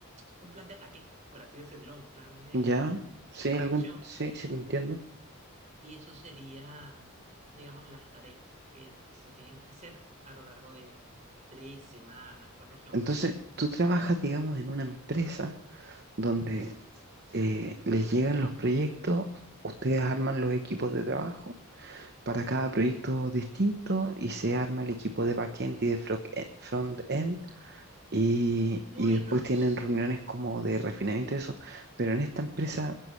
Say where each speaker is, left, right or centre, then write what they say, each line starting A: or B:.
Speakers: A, on the right; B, on the right.
A: un plan de ataque, por así decirlo, un plan de,
B: ¿Ya?
A: de
B: ¿Sí? ¿Algún?
A: acción.
B: Sí, sí, te entiendo.
A: Y eso sería, digamos, las tareas que se tienen que hacer a lo largo de tres semanas, cuatro semanas
B: Entonces,
A: siguientes.
B: tú trabajas, digamos, en una empresa donde eh, les llegan los proyectos, ustedes arman los equipos de trabajo para cada proyecto distinto y se arma el equipo de backend y de frontend Y,
A: Buenos,
B: y después tienen reuniones como de refinamiento y eso. Pero en esta empresa